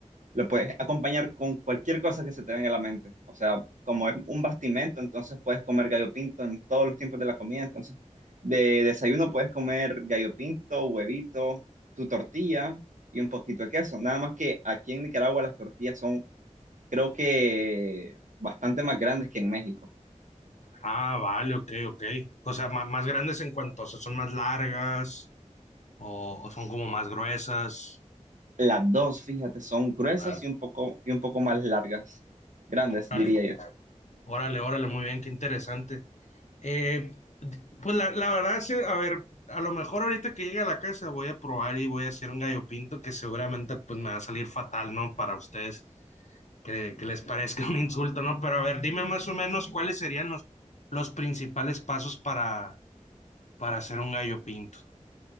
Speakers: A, on the right; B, on the left.
A: lo puedes acompañar con cualquier cosa que se te venga a la mente. O sea, como es un bastimento, entonces puedes comer gallo pinto en todos los tiempos de la comida. Entonces, de desayuno puedes comer gallo pinto, huevito, tu tortilla y un poquito de queso. Nada más que aquí en Nicaragua las tortillas son, creo que, bastante más grandes que en México.
B: Ah, vale, ok, ok. O sea, más, más grandes en cuanto, o sea, son más largas o, o son como más gruesas.
A: Las dos, fíjate, son gruesas
B: Órale,
A: y un poco, y un poco más largas. Grandes,
B: órale,
A: diría yo.
B: órale, órale, muy bien, qué interesante. Eh, pues la, la verdad, sí, a ver, a lo mejor ahorita que llegue a la casa voy a probar y voy a hacer un gallo pinto que seguramente pues me va a salir fatal, ¿no? Para ustedes, que, que les parezca <laughs> un insulto, ¿no? Pero a ver, dime más o menos cuáles serían los, los principales pasos para, para hacer un gallo pinto.